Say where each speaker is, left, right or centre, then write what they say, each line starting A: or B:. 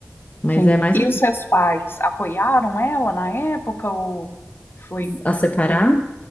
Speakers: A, on the left (about 30°); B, on the left (about 50°).
A: Mas
B: sim.
A: é mais
B: E os seus pais apoiaram ela na época ou foi,
A: a separar
B: foi complicado?